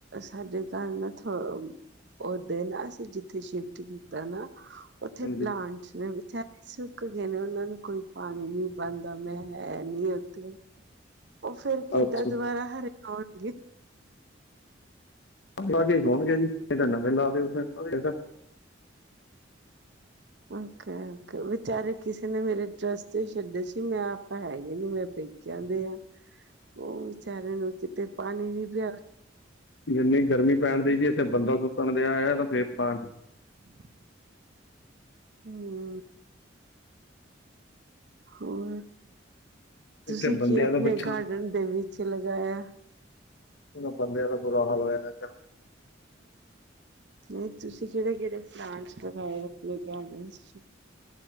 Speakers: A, on the right; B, on the left.
A: ਸਾਡੇ ਘਰ ਨਾ ਥ ਓ ਦਿਨ ਅਸੀਂ ਜਿੱਥੇ ਸ਼ਿਫ਼ਟ ਕੀਤਾ ਨਾ, ਉੱਥੇ
B: ਹਾਂਜੀ।
A: ਪਲਾਂਟ ਖੁਛ ਨੀ ਵਿਚਾਰੇ ਸੁੱਕ ਗਏ ਨੇ ਉਨਾਂ ਨੂੰ ਕੋਈ ਪਾਣੀ ਨੀ ਪਾਦਾ ਮੈਂ ਹੈ। ਨੀ ਉਥੇ ਫਿਰ ਕਿਦਾ
B: ਅੱਛਾ
A: ਦੁਬਾਰਾ ਹਰੇ ਆਣਗੇ।
B: ਅੱਕ ਲਾ ਕੇ ਹੋਣਗੇ ਜੀ ਫਿਰ ਤਾਂ ਨਵੇ ਲਾ ਦਿਓ ਅਗਲੇ ਦਾ।
A: ਓਕੇ-ਓਕੇ ਵਿਚਾਰੇ ਕਿਸੇ ਨੇ ਮੇਰੇ ਟਰੱਸਟ ਤੇ ਛੱਡੇ ਸੀ ਮੈ ਆਪਾ ਹੈਗੇ ਨੀ ਮੈਂ ਪਈ। ਕਹਿੰਦੇ ਆ, ਓ ਵਿਚਾਰਿਆਂ ਨੂੰ ਕਿਤੇ ਪਾਣੀ ਨੀ ਪਿਆ
B: ਇੰਨੀ ਗਰਮੀ ਪੈਣ ਦੀ ਸੀ ਇੱਥੇ ਬੰਦਾ ਸੁੱਕਣ ਦੇ ਆ ਫੇਰ ਪਾਲਾਟ
A: <inaudible> ਹੁੰ-ਹੁੰ। ਹੋਰ, ਤੁਸੀਂ
B: ਇੱਥੇ ਬੰਦਿਆਂ
A: ਕੀ ਆਪਣੇ
B: ਦਾ ਪਿੱਛਾ
A: ਗਾਰਡਨ ਦੇ ਵਿੱਚ ਲਗਾਇਆ?
B: ਉਨ੍ਹਾਂ ਬੰਦਿਆਂ ਦਾ ਬੁਰਾ ਹਾਲ ਹੋਇਆ ਐਨਾ ਗਰਮੀ।
A: ਨਈਂ ਤੁਸੀਂ ਕਿਹੜੇ-ਕਿਹੜੇ ਪਲਾਂਟ ਲਗਾਏ ਆਪਣੇ ਗਾਰਡਨ ਚ